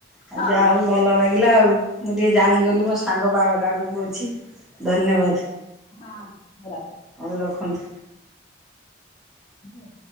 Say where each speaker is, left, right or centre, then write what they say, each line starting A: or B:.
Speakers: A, in the centre; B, on the left.
A: ଆଉ
B: ହଁ
A: ଯାହା ହଉ ଭଲ ଲାଗିଲା ଆଉ ମୁଁ ଟିକେ ଜାଣିଗଲି ମୋ ସାଙ୍ଗ ବାହାଘର ଆଗକୁ ଅଛି। ଧନ୍ୟବାଦ
B: ହଉ ରଖେ।
A: ହଉ ରଖନ୍ତୁ।
B: <inaudible>